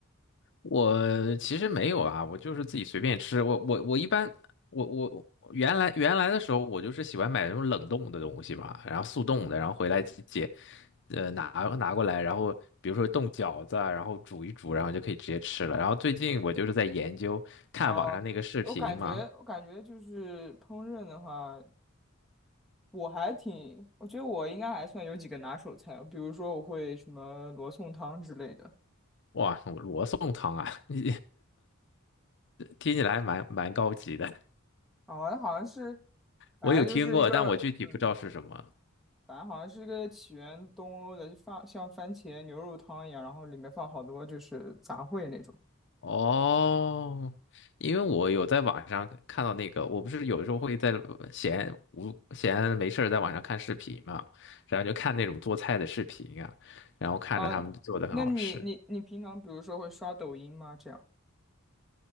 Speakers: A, on the left; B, in the centre.
A: 我其实没有啊，我就是自己随便吃。我我我一般我我我原来原来的时候，我就是喜欢买那种冷冻的东西嘛，然后速冻的，然后回来解解呃拿拿过来，然后比如说冻饺子啊，然后煮一煮，然后就可以直接吃了。然后最近我就是在研究看网上那个视频嘛，
B: 哦、我感觉我感觉就是烹饪的话。我还挺，我觉得我应该还算有几个拿手菜，比如说我会什么罗宋汤之类的，
A: 哇，罗宋汤啊，<laughs> 听起来蛮蛮高级的，
B: 啊，那好像是，反正就是一个，
A: 我有听过，但我具体不知道是什么。
B: 嗯嗯，反正好像是一个起源东欧的，就放像番茄牛肉汤一样，然后里面放好多就是杂烩那种。
A: 哦，因为我有在网上看到那个，我不是有时候会在闲无闲没事儿在网上看视频嘛，然后就看那种做菜的视频啊，然后看着他们做的很好吃。
B: 哦、那你你你平常比如说会刷抖音吗？这样，